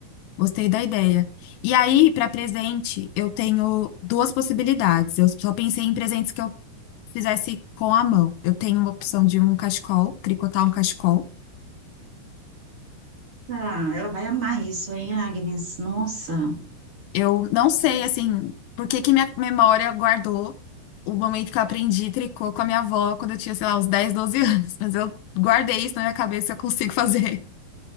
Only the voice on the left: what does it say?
Gostei da ideia. E aí, para presente, eu tenho duas possibilidades. Eu só pensei em presentes que eu fizesse com a mão. Eu tenho uma opção de um cachecol, tricotar um cachecol.
Eu não sei, assim, por que que minha memória guardou o momento que eu aprendi tricô com a minha avó quando eu tinha, sei lá, uns 10 12 <laughs> anos. Mas eu guardei isso na minha cabeça, e eu consigo fazer.